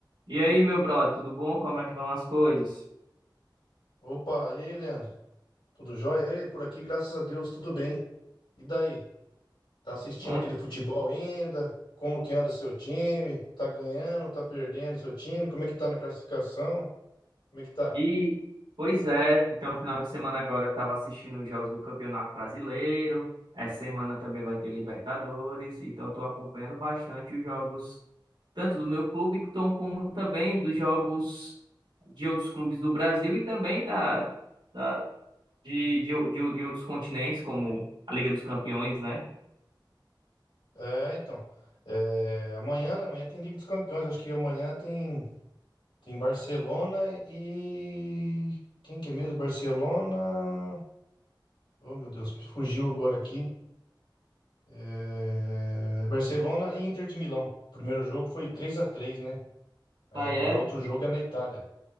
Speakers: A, on the right; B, on the left.
A: E aí, meu brother, tudo bom? Como é que vão as coisas?
B: Opa, e aí, Leandro? Tudo jóia? Ei, por aqui, graças a Deus, tudo bem. E daí? Tá assistindo
A: Hã?
B: aquele futebol ainda? Como que anda seu time? Tá ganhando, tá perdendo seu time? Como é que tá na classificação? Como é que tá?
A: E, pois é, então, final de semana agora eu estava assistindo os jogos do Campeonato Brasileiro. Essa semana também vai ter Libertadores. Então, estou acompanhando bastante os jogos, tanto do meu clube, então, como também dos jogos de outros clubes do Brasil e também da, da, de, de, de, de outros continentes, como a Liga dos Campeões, né?
B: É, então. é, amanhã, né? Amanhã tem Liga dos Campeões. Acho que amanhã tem, tem Barcelona e. Quem que é mesmo? Barcelona. Oh, meu Deus, me fugiu agora aqui. É, Barcelona e Inter de Milão. O primeiro jogo foi três a três, né? Aí
A: Daí
B: agora
A: é,
B: outro jogo é na Itália.